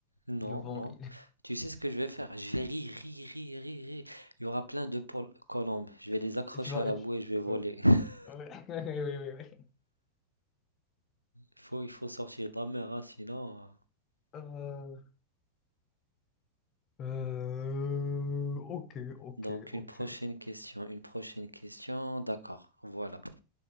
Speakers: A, on the right; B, on the left.
A: Non,
B: ils vont,
A: non.
B: <laughs>
A: Tu sais ce que je vais faire? Je vais rire, rire, rire, rire, rire. Il y aura plein de pol- colombes. Je vais les accrocher
B: et tu vas,
A: à la
B: et
A: boue
B: tu-
A: et je vais voler.
B: oh,
A: <laughs>
B: ouais, <laughs> oui, oui, oui. oui.
A: Il faut, il faut sortir de la mer, hein, sinon. euh.
B: Euh, euh, ok, ok,
A: Donc,
B: ok.
A: une prochaine question, une prochaine question. D'accord, voilà.